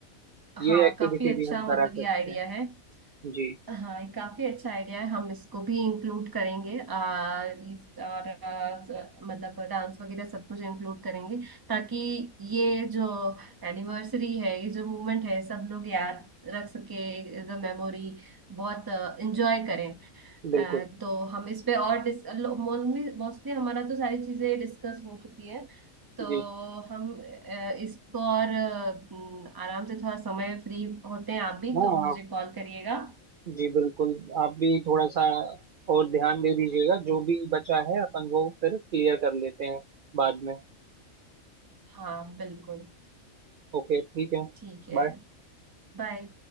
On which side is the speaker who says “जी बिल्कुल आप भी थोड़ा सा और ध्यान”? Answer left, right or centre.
Right